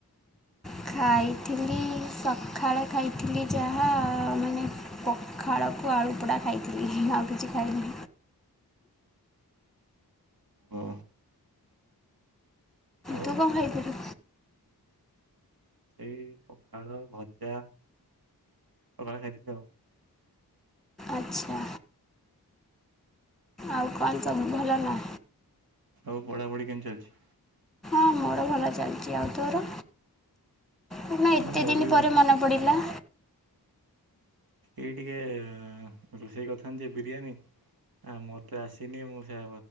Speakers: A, in the centre; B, on the right (about 70°).
A: ଖାଇଥିଲି ସକାଳେ ଖାଇଥିଲି ଯାହା ମାନେ ପଖାଳକୁ ଆଳୁ ପୋଡ଼ା ଖାଇଥିଲି ଆଉ କିଛି ଖାଇନି।
B: ଓ। ଆଉ
A: ତୁ କଣ ଖାଇଥିଲୁ?
B: ଏଇ ପଖାଳ ଭଜା ସକାଳେ ଖାଇଥିଲି ଆଉ।
A: ଆଚ୍ଛା। ଆଉ କଣ ସବୁ ଭଲ ନା?
B: ହଉ ପଢାପଢି କେମିତି ଚାଲିଛି?
A: ହଁ ମୋର ଭଲ ଚାଲିଛି ଆଉ ତୋର କ ଏତେ
B: ହଁ ମୋର
A: ଦିନ
B: ବି
A: ପରେ
B: ଭଲ।
A: ମନେ ପଡିଲା।
B: ଏଇ ଟିକେ ରୋଷେଇ କଥାନ୍ତି ବିରିୟାନୀ ହଁ ମୋତେ ଆସିନି ମୁଁ ସେ